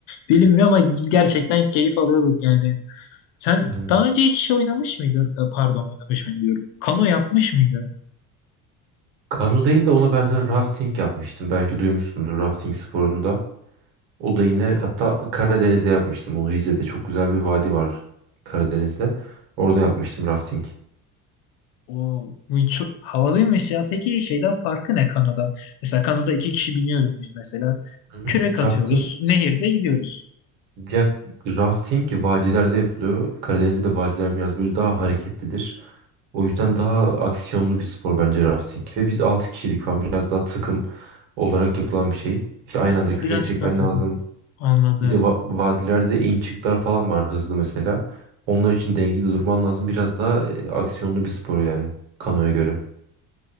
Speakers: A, on the left (about 75°); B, on the right (about 75°).
A: bilinmiyor ama biz gerçekten keyif alıyorduk yani. Sen
B: Evet.
A: daha önce hiç şey oynamış mıydın? E, Pardon oynamış mı diyorum. Kano yapmış mıydın?
B: Kano değil de ona benzer rafting yapmıştım. Belki duymuşsundur rafting sporunu da. O da yine
A: O,
B: hatta Karadeniz'de yapmıştım onu. Rize'de çok güzel bir vadi var Karadeniz'de. Orada yapmıştım rafting.
A: o- bu çok havalıymış ya. Peki şeyden farkı ne kanodan? Mesela kanoda iki kişi biniyoruz biz mesela.
B: Hı hı.
A: Kürek atıyoruz.
B: Rafting
A: Nehirde gidiyoruz.
B: Ya rafting vadilerde yapılıyor. Karadeniz'de de vadiler biraz böyle daha hareketlidir. O yüzden daha aksiyonlu bir spor bence rafting. Ve biz 6 kişilik falan biraz daha takım olarak yapılan bir şey. İşte aynı anda
A: Ha
B: kürek
A: birazcık
B: çekmen
A: daha takın.
B: lazım.
A: Anladım.
B: Bir de va- vadilerde in çıklar falan var hızlı mesela. Onlar için dengede durman lazım. Biraz daha e, aksiyonlu bir spor yani kanoya göre.